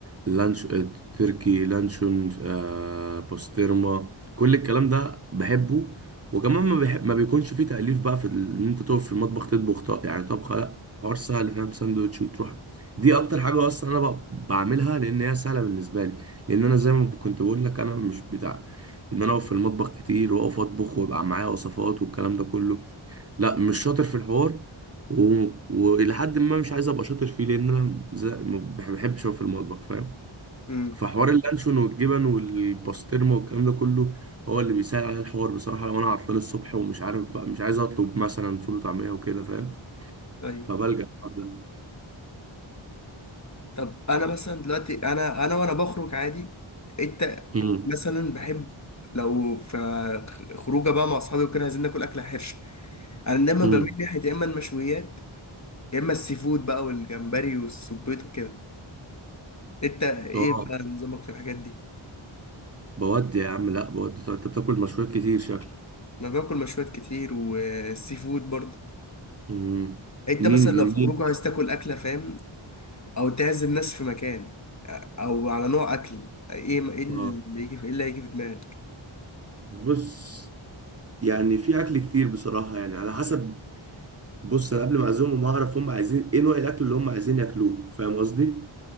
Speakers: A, on the right (about 30°); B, on the left (about 35°).
A: لانش آه، تركي لانشون آه، بوسترما كل الكلام ده بحبه وكمان ما, بحب ما بيكونش فيه تأليف بقى في ال- ان انت تقف في المطبخ تطبخ طق يعني طبخه لا حوار سهل فاهم ساندوتش وتروح دي اكتر حاجه اصلا انا بق- بعملها لان هي سهله بالنسبه لي لان انا زي ما كنت بقول لك انا مش بتاع ان انا اقف في المطبخ كتير واقف اطبخ ويبقى معايا وصفات والكلام ده كله لا مش شاطر في الحوار و... والى حد ما مش عايز ابقى شاطر فيه لان انا زي... ما بح- بحبش اقف في المطبخ فاهم
B: امم
A: فحوار اللانشون والجبن والباسترما والكلام ده كله هو اللي بيسهل عليا الحوار بصراحه لو انا عطلان الصبح ومش عارف بقى مش عايز اطلب مثلا فول وطعميه وكده فاهم
B: ايوه
A: فبلجأ الحوار ده
B: طب انا مثلا دلوقتي انا انا وانا بخرج عادي انت
A: امم
B: مثلا بحب لو في خروجه بقى مع اصحابي وكده عايزين ناكل اكله حرشه انا دايما
A: امم
B: بميل ناحيه يا اما المشويات يا اما السي فود بقى والجمبري والسبيط وكده انت ايه
A: اه
B: بقى نظامك في الحاجات دي
A: بودي يا عم لا بودي طب انت بتاكل مشويات كتير شكلك
B: انا باكل مشويات كتير والسي فود برضه
A: امم
B: انت
A: منين
B: مثلا لو في
A: منين
B: خروج عايز تاكل اكله فاهم او تعزم ناس في مكان او على نوع اكل ايه ايه اللي
A: اه
B: يجي في ايه اللي هيجي في دماغك
A: بص يعني في اكل كتير بصراحه يعني على حسب بص انا قبل ما اعزمهم اعرف هم عايزين ايه نوع الاكل اللي هم عايزين ياكلوه فاهم قصدي